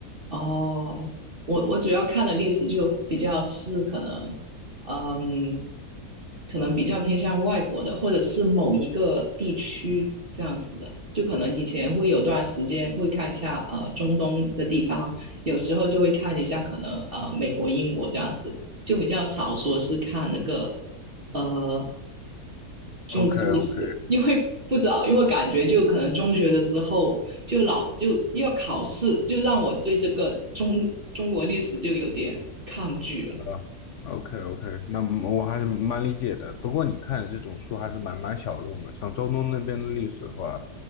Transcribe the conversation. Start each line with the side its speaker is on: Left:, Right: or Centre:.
Right: 哦，我我主要看的历史就比较是可能，嗯，可能比较偏向外国的，或者是某一个地区这样子的。就可能以前会有段时间会看一下呃中东的地方，有时候就会看一下可能呃美国、英国这样子，就比较少说是看那个呃中国历史，
Left: ？OK OK
Right: 因为不知道，因为感觉就可能中学的时候就老就要考试，就让我对这个中中国历史就有点抗拒了
Left: 啊，OK OK，那么我还是蛮理解的。不过你看这种书还是蛮蛮小众的，像中东那边的历史的话，